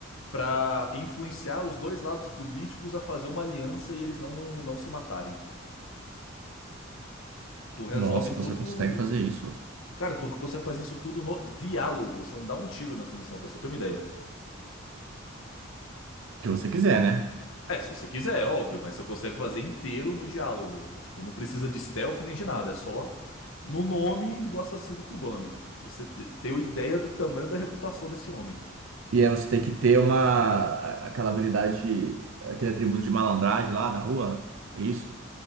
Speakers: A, on the left (about 75°); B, on the right (about 75°).
A: pra influenciar os dois lados políticos a fazer uma aliança e eles não, não se matarem. Tu resolve
B: Nossa,
A: tudo.
B: você consegue fazer isso?
A: Cara, tu consegue fazer isso tudo no diálogo. Você não dá um tiro nessa missão, pra você ter uma ideia.
B: que você quiser, né?
A: É, se você quiser, é óbvio, mas você consegue fazer inteiro no diálogo. Tipo, não precisa de stealth nem de nada, é só no nome do assassino cubano, pra você te- ter uma ideia do tamanho da reputação desse homem.
B: E aí você tem que ter uma a- aquela habilidade, aquele atributo de malandragem lá da rua, é isso?